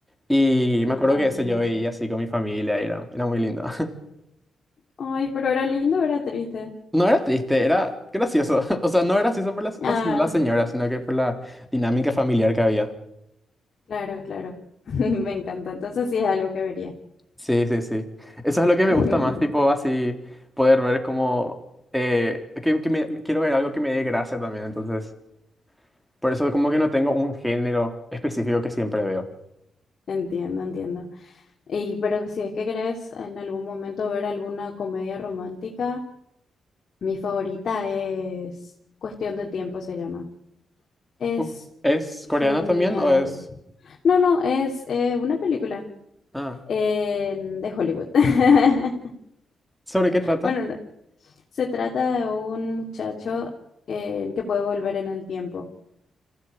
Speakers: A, in the centre; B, on the left.
A: Y me acuerdo
B: Madre
A: que ese
B: mía.
A: yo veía así con mi familia y era, era muy lindo. <laughs>
B: Ay, pero era lindo, o era triste.
A: No era triste, era gracioso. <laughs> O sea, no era gracioso por la situación
B: Ah,
A: de la señora, sino que por la dinámica familiar que había.
B: claro, claro. <laughs> Me encanta. Entonces sí es algo que vería.
A: Sí, sí, sí. Eso es lo que me
B: <laughs>
A: gusta más, tipo así poder ver como... eh, que, que me- quiero ver algo que me dé gracia también, entonces... Por eso como que no tengo un género específico que siempre veo.
B: Entiendo, entiendo. Y pero si es que querés en algún momento ver alguna comedia romántica, mi favorita es Cuestión de Tiempo, se llama. Es
A: Uh, ¿Es
B: genial.
A: coreana también o es...?
B: No, no, es eh, una película
A: Ah,
B: eh, de Hollywood. <laughs>
A: ¿sobre qué trata?
B: Bueno, no, se trata de un muchacho eh, que puede volver en el tiempo.